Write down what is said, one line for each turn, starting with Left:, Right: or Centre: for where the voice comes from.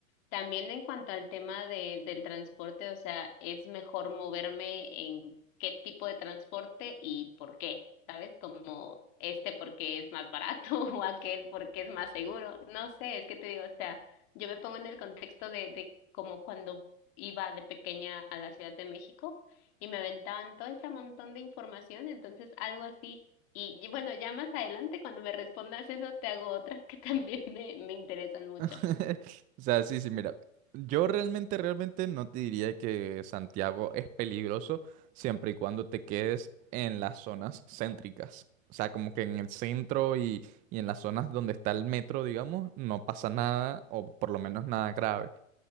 Left: También en cuanto al tema de, del transporte, o sea, es mejor moverme en qué tipo de transporte y por qué, ¿sabes? Como este porque es más barato <laughs> o aquel porque es más seguro. No sé, es que te digo, o sea, yo me pongo en el contexto de, de como cuando iba de pequeña a la Ciudad de México y me aventaban todo ese montón de información, entonces algo así. Y, y bueno, ya más adelante, cuando me respondas eso, te hago otras que <laughs> también me, me interesan mucho.
Right: <laughs> O sea, sí, sí, mira, yo realmente, realmente no te diría que Santiago es peligroso siempre y cuando te quedes en las zonas céntricas. O sea, como que en el centro y, y en las zonas donde está el metro, digamos, no pasa nada, o por lo menos nada grave.